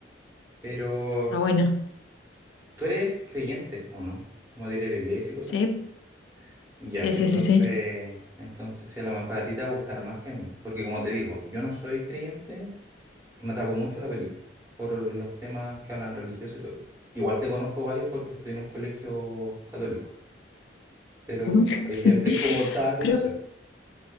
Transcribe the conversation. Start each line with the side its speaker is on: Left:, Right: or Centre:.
Right: Pero
Left: Está bueno.
Right: ¿Tú eres creyente o no? Como diré ir a la iglesia y cosas
Left: Sí,
Right: así. Ya,
Left: sí,
Right: sí,
Left: sí,
Right: entonces,
Left: sí, sí.
Right: entonces sí, a lo mejor a ti te va a gustar más que a mí. Porque como te digo, yo no soy creyente y me atrapó mucho la película por los temas que hablan religiosos y todo. Igual te conozco varios porque estoy en un colegio católico, pero
Left: <laughs>
Right: creyente como tal
Left: Pero
Right: no soy.